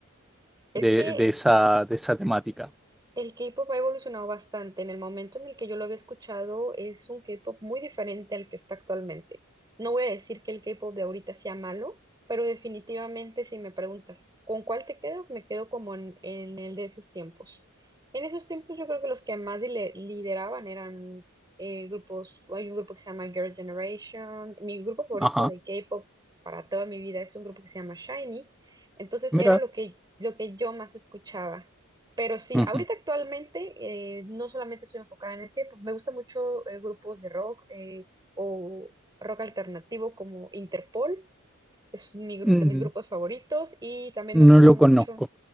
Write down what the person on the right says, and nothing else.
Es
que
El K-pop ha evolucionado bastante. En el momento en el que yo lo había escuchado, es un K-pop muy diferente al que está actualmente. No voy a decir que el K-pop de ahorita sea malo, pero definitivamente si me preguntas con cuál te quedas, me quedo como en, en el de esos tiempos. En esos tiempos yo creo que los que más dile- lideraban eran eh, grupos, hay un grupo que se llama Girl Generation. Mi grupo favorito
de K-pop para toda mi vida es un grupo que se llama SHINee. Entonces
era lo que, lo que yo más escuchaba. Pero sí,
ahorita actualmente eh, no solamente estoy enfocada en el K-pop, me gusta mucho eh, grupos de rock eh, o rock alternativo como Interpol, es mi gru-
de mis grupos favoritos y también me gusta
mucho.